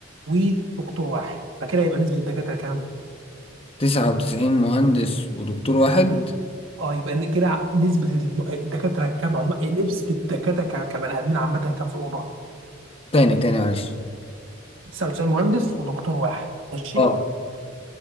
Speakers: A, on the right; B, on the left.
A: ودكتور واحد فكده يبقى نسبه الدكاتره كام؟
B: تسعة وتسعين مهندس ودكتور واحد
A: اه يبقى إن كده نسبه الم- الدكاتره كام عم... نسبه الدكاتره ك... كبني ادمين عامه كام في الاوضه؟
B: تاني تاني معلش
A: 99 مهندس ودكتور واحد ماشي؟
B: اه